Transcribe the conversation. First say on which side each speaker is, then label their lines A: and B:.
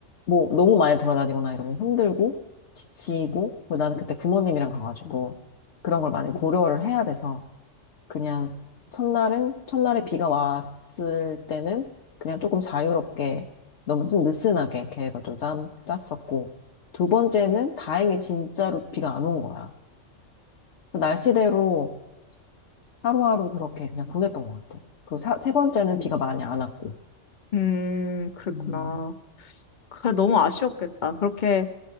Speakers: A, on the left; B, on the left.
A: 뭐 너무 많이 돌아다니거나 이러면 힘들고 지치고 그리고 나는 그때 부모님이랑 가가지고 그런 걸 많이 고려를 해야 돼서 그냥 첫날은 첫날에 비가 왔을 때는 그냥 조금 자유롭게 너무 좀 느슨하게 계획을 좀 짠, 짰었고 두 번째는 다행히 진짜로 비가 안 온 거야. 그 날씨대로 하루하루 그렇게 그냥 보냈던 것 같아. 그리 사, 세 번째는 비가 음, 많이 안 왔고.
B: 음, 그랬구나.
A: 음,
B: 그래, 너무 아쉬웠겠다. 그렇게,